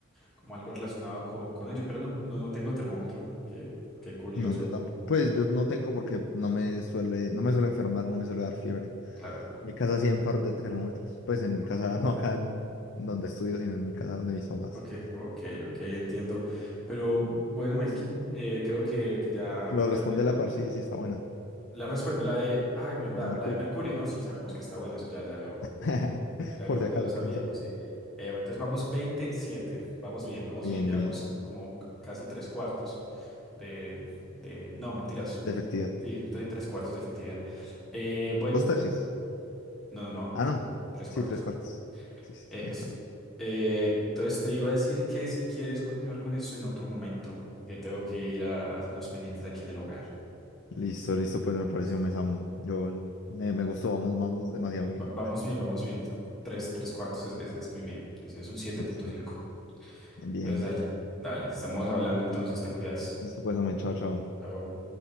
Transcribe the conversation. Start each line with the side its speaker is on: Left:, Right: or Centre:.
Centre: como algo relacionado co- con ello, pero no, no, no tengo termómetro, qué, qué curioso,
Left: No, yo tampoco. Pues yo no tengo porque no me suele, no me suele enfermar, no me suele dar fiebre.
Centre: claro, pero
Left: Mi casa sí en par de termómetros. Pues en mi
Centre: ok,
Left: casa, <laughs> no acá en donde estudio, sino en mi casa donde mis papás.
Centre: ok, ok, ok, entiendo. Pero bueno, Melkin, eh, creo que, que ya,
Left: Lo responde
Centre: ya me voy.
Left: la par, sí, sí está buena.
Centre: La respondo, la de, ah, verdad,
Left: La de mercurio.
Centre: la de Mercurio, no, sí, sabemos que está buena, eso ya, ya lo,
Left: <laughs>
Centre: Ya
Left: Por
Centre: lo,
Left: si acaso,
Centre: ya lo sabíamos,
Left: quién sabe.
Centre: sí. Eh, entonces vamos 27. Vamos bien, vamos
Left: Bien,
Centre: bien. Llevamos
Left: bien.
Centre: como c- casi tres cuartos de, de... No, mentiras.
Left: De efectividad.
Centre: Sí, estoy tres cuartos de efectividad. Eh, bueno,
Left: Dos tercios.
Centre: no, no, no.
Left: Ah, no.
Centre: Tres
Left: Sí,
Centre: cuartos.
Left: tres cuartos. Sí, sí,
Centre: Eh,
Left: tienes
Centre: sí.
Left: razón.
Centre: Eh, entonces te iba a decir que si quieres continuar con esto en otro momento, que tengo que ir a, a hacer unos pendientes aquí en el hogar.
Left: Listo, listo, pues me pareció
Centre: Listo.
Left: un mesamo Yo me, me gustó, vamos, vamos demasiado bien.
Centre: Va- vamos bien, vamos bien. Tres, tres cuartos es, es- es muy bien. Es, es un siete
Left: Listo.
Centre: punto cinco
Left: Bien,
Centre: Entonces
Left: bien.
Centre: dale, dale. Estamos hablando entonces, te cuidas.
Left: Listo, pues, hombre, chao, chao.
Centre: Oh,